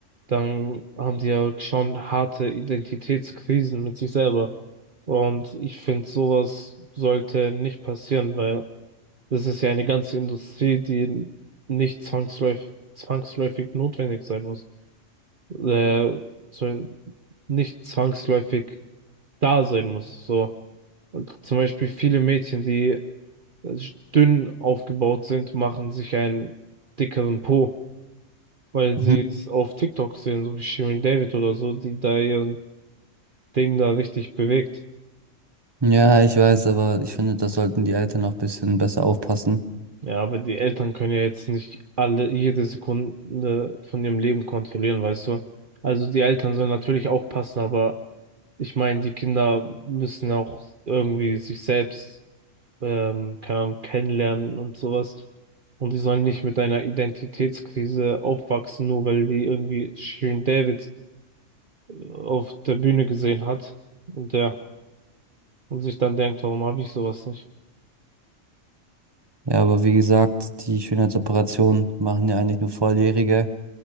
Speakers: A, on the right (about 45°); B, on the right (about 20°).
A: dann haben die ja schon harte Identitätskrisen mit sich selber. Und ich finde, sowas sollte nicht passieren, weil das ist ja eine ganze Industrie, die nicht zwangsläufig, zwangsläufig notwendig sein muss. Äh, soll nicht zwangsläufig da sein muss. So. Und zum Beispiel viele Mädchen, die äh, dünn aufgebaut sind, machen sich einen dickeren Po weil sie
B: Mhm.
A: es auf TikTok sehen, so wie Shirin David oder so, die da ihr Ding da richtig bewegt.
B: Ja, ich weiß, aber ich finde, da sollten die Eltern auch ein bisschen besser aufpassen.
A: Ja, aber die Eltern können ja jetzt nicht alle, jede Sekunde von ihrem Leben kontrollieren, weißt du? Also die Eltern sollen natürlich aufpassen, aber ich meine, die Kinder müssen auch irgendwie sich selbst, ähm, keine Ahnung, kennenlernen und sowas. Und die sollen nicht mit einer Identitätskrise aufwachsen, nur weil die irgendwie Shirin David äh, auf der Bühne gesehen hat. Und ja. Und sich dann denkt, warum habe ich sowas nicht?
B: Ja, aber wie gesagt, die Schönheitsoperationen machen ja eigentlich nur Volljährige.